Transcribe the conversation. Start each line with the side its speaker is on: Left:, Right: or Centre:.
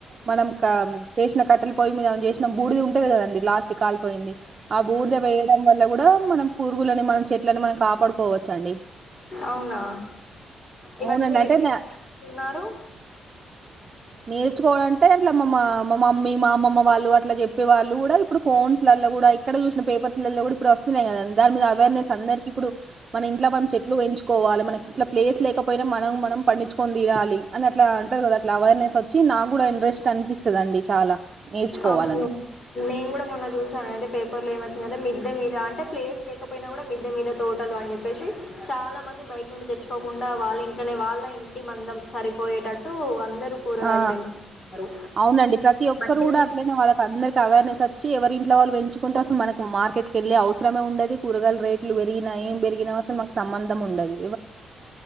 Right: మనం క చేసిన కట్టెలు పోయి మీద చేసిన బూడిది ఉంటది కదండి లాస్ట్ క కాల్పోయింది ఆ బూడిద వేయడం వల్ల కూడా మనం కూరుగులని మన చెట్లని మనం కాపాడుకోవచ్చ అండి
Left: అవునా ఇవన్నీ
Right: అవునండి
Left: మీరు
Right: అంటే
Left: ఎక్కడి నుంచి నేర్చుకున్నారు
Right: నేర్చుకోవాలంటే అట్లా మా మా మా మమ్మీ మా అమమ్మ వాళ్ళు అట్లా చెప్పే వాళ్ళు కూడా ఇప్పుడు ఫోన్స్లలో కూడా ఇక్కడ చూసిన పేపర్స్లలో కూడా ఇప్పుడు వస్తున్నాయి కద దాని మీద అవేర్నెస్ అందరికి ఇప్పుడు మన ఇంట్లో మనం చెట్లు పెంచు కోవాలి మనకి ఇట్లా ప్లేస్ లేకపోయినా మనం మనం పండించుకని తినాలి అని అలా అంటారు కదా అట్లా అవేర్నెస్ వచ్చి నాకు కూడా ఇంట్రెస్ట్ అనిపిస్తదండి చాలా నేర్చుకోవాలని
Left: అవును నేను కూడా మొన్న చూసాను అయితే పేపర్ లో ఏమో వచ్చిందంటే మిద్ద మీద అంటే ప్లేస్ లేకపోయినా కూడా మిద్దె మీద తోటలు అని చెప్పేసి చాలా మంది బయట నుండి తెచ్చుకోకుండా వాళ్ళ ఇంట్లోనే వాళ్ళ ఇంటి మందం సరిపోయేటట్టు అంద కూరగాలు
Right: ఆ
Left: పెంచుకుంటారు
Right: అవునండి ప్రతి ఒక్కరు
Left: మంచి
Right: కూడా అట్లనే వాళ్ళకి అందరికి అవర్నెస్చ్చ వచ్చి ఎవరింట్లో వాళ్ళు పెంచుకుంటే అస మనకు మార్కెట్కి వెళ్ళే అవసరమే ఉండ కూరగాయ రేలు పెరిన ఏం పెరిగినా అసలు మాకు సంబంధం ఉండదు